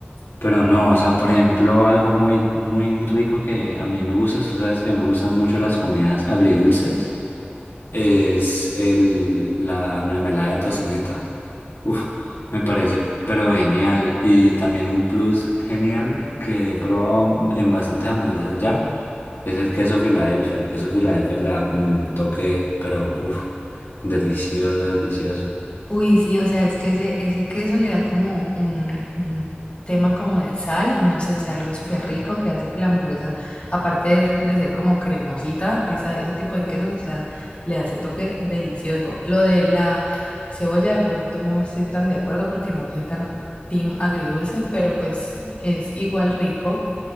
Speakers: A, on the left; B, on the left.
A: Pero no, o sea, por ejemplo, algo muy, muy rico que a mí me gusta, tú sabes que me gustan mucho las comidas agridulces es el, la mermelada de tocineta. Uf, me parece pero genial. Y también un plus genial que he probado en bastantes hamburguesas ya es el queso Filadelfia. El queso Filadelfia le da como un toque, pero uf, delicioso, delicioso.
B: Uy, sí, o sea, es que ese, ese queso le da como un, un tema como de sal, no sé, o sea, algo súper rico que hace que la hamburguesa, aparte de, de ser como cremosita, esa, ese tipo de queso, o sea, le hace toque delicioso. Lo de la cebolla, de pronto no estoy tan de acuerdo porque no soy tan team agridulce, pero pues es igual rico.